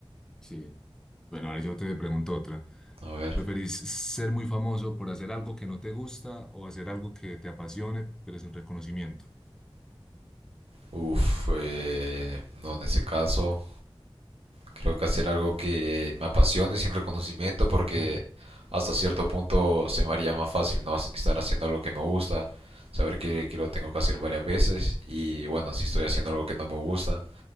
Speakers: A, in the centre; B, on the right (about 75°).
A: Sí. Bueno, ahora yo te pregunto otra.
B: A ver.
A: ¿Preferís ser muy famoso por hacer algo que no te gusta o hacer algo que te apasione pero sin reconocimiento?
B: Uf, eh, no, en ese caso. Creo que hacer algo que me apasione sin reconocimiento porque
A: Mm.
B: hasta cierto punto se me haría más fácil no Hac- estar haciendo algo que me gusta, saber que, que lo tengo que hacer varias veces y bueno, si estoy haciendo algo que no me gusta,